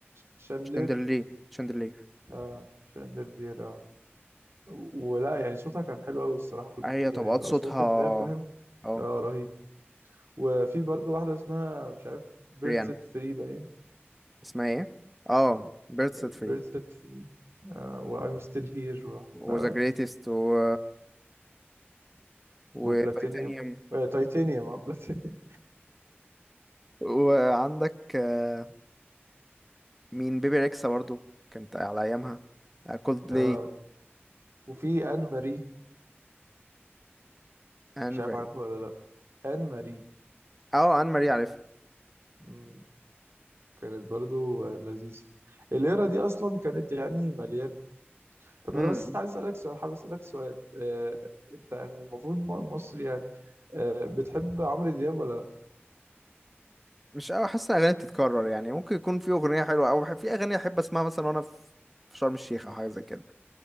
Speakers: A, on the right; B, in the centre.
A: شاندلير
B: شاندلير شاندلير
A: اه شاندلير اه ولا يعني صوتها كان حلو قوي الصراحة كنت
B: هي
A: يعني
B: طبقات
A: من الاصوات
B: صوتها
A: اللي هي فاهم
B: اه
A: اه رهيب وفي برضه واحدة اسمها مش عارف بيرد
B: ريانا
A: سيت فري باين
B: اسمها ايه اه بيرد سيت
A: بيرد
B: فري
A: سيت فري وأيم ستيل هير و...
B: وذا
A: لا لا
B: جريتست و وتايتانيوم
A: وبلاتينيوم آه، تايتانيوم اه بلاتينيوم
B: وعندك آه، مين بيبي ريكسا برضو كانت على ايامها كولد
A: <laughs>
B: بلاي
A: آه، وفي آن ماري
B: ان
A: مش عارف
B: ماري
A: عارفه ولا لا آن ماري
B: اه ان ماري عارف
A: مم، كانت برضه آه، لذيذة الليرة دي أصلا كانت يعني مليانة طب
B: امم
A: أنا بس عايز أسألك سؤال حابب أسألك سؤال آه، أنت يعني المفروض م- مصري يعني آه، بتحب عمرو دياب ولا لا؟
B: مش قوي حاسس ان الاغاني بتتكرر يعني ممكن يكون في اغنيه حلوه او في اغاني احب اسمعها مثلا وانا في في شرم الشيخ او حاجه زي كده